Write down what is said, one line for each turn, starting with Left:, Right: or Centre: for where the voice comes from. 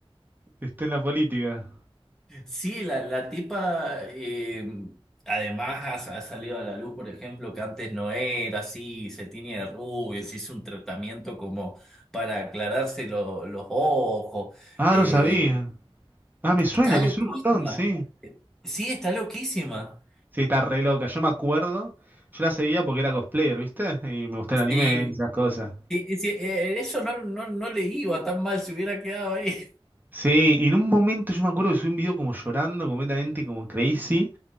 Right: esté en la política.
Centre: sí, la, la tipa, eh, además ha, ha salido a la luz, por ejemplo, que antes no era así, se tiñe de rubio, se hizo un tratamiento como para aclararse lo- los ojos.
Right: Ah,
Centre: Eh,
Right: no sabía. Ah, me suena,
Centre: está
Right: me
Centre: loquísima.
Right: suena un montón, sí.
Centre: Sí, está loquísima.
Right: Sí, está re loca. Yo me acuerdo, yo la seguía porque era cosplayer, ¿viste? Y me gustaba el anime
Centre: Sí.
Right: y esas cosas.
Centre: Y- y si, eh, eso no, no, no le iba tan mal si hubiera quedado ahí.
Right: Sí, y en un momento yo me acuerdo que subí un video como llorando completamente, como crazy,